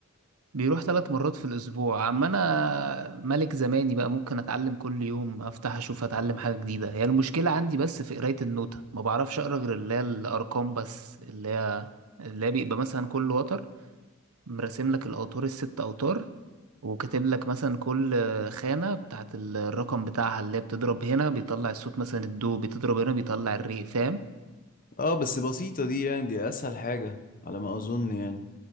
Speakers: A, on the right; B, on the left.
A: بيروح ثلاث مرات في الاسبوع اما انا ملك زماني بقى ممكن اتعلم كل يوم افتح اشوف اتعلم حاجه جديده هي المشكله عندي بس في قرايه النوتة ما بعرفش اقرا غير اللي هي الارقام بس اللي هي اللي هي بيبقى مثلا كل وتر مرسم لك الاوتار الست اوتار وكاتب لك مثلا كل خانة بتاعت الرقم بتاعها اللي هي بتضرب هنا بيطلع الصوت مثلا الدو بتضرب هنا بيطلع الري فاهم
B: اه بس بسيطة دي يعني دي اسهل حاجة على ما اظن يعني